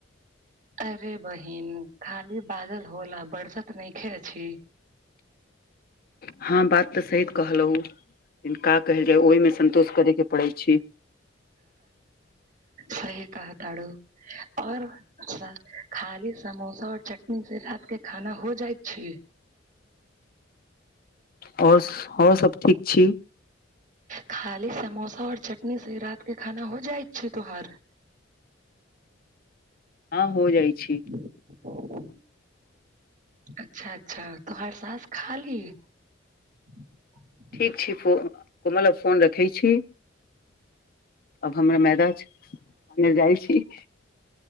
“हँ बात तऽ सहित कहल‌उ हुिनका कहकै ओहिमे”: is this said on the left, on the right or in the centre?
Left